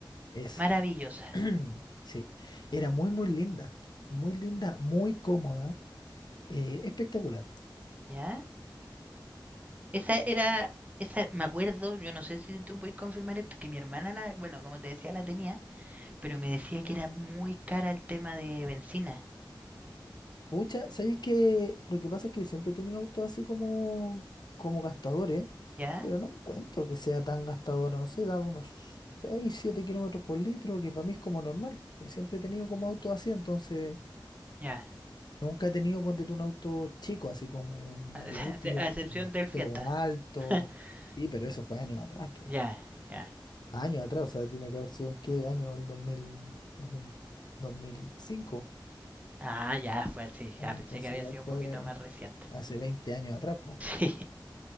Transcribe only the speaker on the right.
maravillosa,
¿ya? Esa era... Esa, me acuerdo, yo no sé si tú puedes confirmar esto, que mi hermana la, bueno, como te decía, la tenía, pero me decía que era muy cara el tema de benzina.
¿Ya?
Ya.
<laughs>
A
a excepción del
fiesta.
<laughs>
ya, ya.
Ah, ya, fue así.
Ya pensé que había
sido un
poquito más reciente.
<laughs>
Sí.